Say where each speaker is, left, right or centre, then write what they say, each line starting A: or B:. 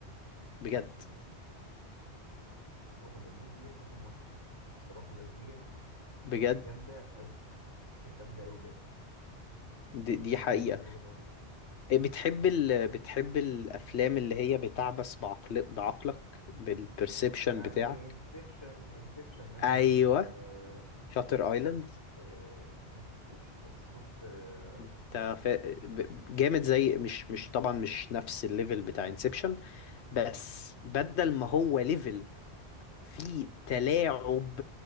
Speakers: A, on the left; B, on the left.
A: بجد
B: هما جامدين ديت رقم واحد الصراحة الناس ديت
A: بجد
B: جامدة أوي <laughs> جامدة أوي بجد
A: دي, دي
B: أنا
A: حقيقة
B: شايف كده من وجهة نظري
A: إيه، بتحب ال... بتحب الأفلام اللي هي بتعبث بعقل... بعقلك بالبرسبشن
B: يعني
A: بتاعك
B: انسبشن انسبشن مثلا
A: أيوة
B: و-
A: شاتر
B: ومثلا
A: آيلاند
B: آه، ما شفتوش بس شفت آه،
A: انت ف... ب- جامد زي مش مش طبعا مش نفس الليفل بتاع انسبشن بس بدل ما هو ليفل فيه تلاعب